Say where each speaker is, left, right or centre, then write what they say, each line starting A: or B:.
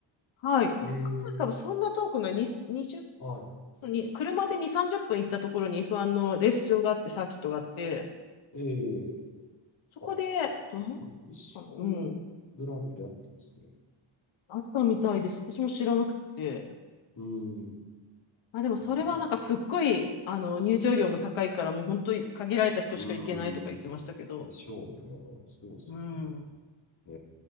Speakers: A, on the left; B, on the left.
A: はい。こっから多分そんな遠くない、
B: ええ
A: に20に、
B: は
A: 車で2、30分行ったところに F1 のレース場があって、サーキットがあって、
B: い。ええ
A: そこで、
B: あ、
A: どん、
B: メキシコのグランプリあったんですね。
A: うん、あったみたいです。私も知らなくて。
B: うーん。
A: まあ、でもそれはなんかすっごい、
B: 本当だ。
A: あの、入場料も高いから、もう本当に限られた人しか行けないとか言ってましたけど。
B: うーん。でしょうね。そうですね。
A: うん。
B: え